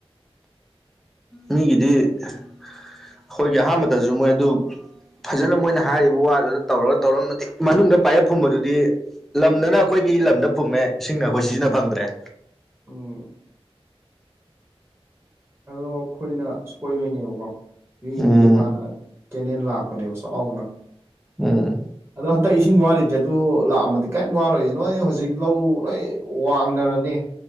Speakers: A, in the centre; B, on the right.
A: ꯃꯤꯒꯤꯗꯤ ꯑꯩꯈꯣꯏꯒꯤ ꯑꯍꯥꯟꯕꯗꯖꯨ ꯃꯣꯏ ꯑꯗꯨ ꯐꯖꯅ ꯃꯣꯏꯅ ꯍꯥꯏꯔꯤꯕ ꯋꯥꯗꯨꯗ ꯇꯧꯔꯒ ꯇꯧꯔꯝꯃꯗꯤ ꯃꯅꯨꯡꯗ ꯄꯥꯏꯌꯦꯞ ꯐꯨꯝꯕꯗꯨꯗꯤ ꯂꯝꯗꯅ ꯑꯩꯈꯣꯏꯒꯤ ꯂꯝꯗ ꯐꯨꯝꯃꯦ ꯏꯁꯤꯡꯅ ꯑꯩꯈꯣꯏ ꯁꯤꯖꯤꯟꯅ ꯐꯪꯗ꯭ꯔꯦ
B: ꯎꯝ ꯑꯗꯣ ꯑꯩꯈꯣꯏꯅ ꯁꯣꯏꯕꯩꯅꯦꯕꯀꯣ ꯃꯤꯒꯤꯗꯤ
A: ꯎꯝ
B: ꯍꯥꯟꯅ ꯀꯦꯅꯦꯜ ꯂꯥꯛꯄꯅꯦꯕ ꯆꯥꯎꯅ
A: ꯎꯝ
B: ꯑꯗꯣ ꯍꯟꯗꯛ ꯏꯁꯤꯡ ꯋꯥꯔꯤꯕꯁꯦ ꯑꯗꯨ ꯂꯥꯛꯑꯃꯗꯤ ꯀꯔꯤꯝ ꯋꯥꯔꯣꯏꯏ ꯅꯣꯏ ꯍꯧꯖꯤꯛ ꯂꯧ ꯅꯣꯏ ꯋꯥꯡꯅꯔꯅꯤ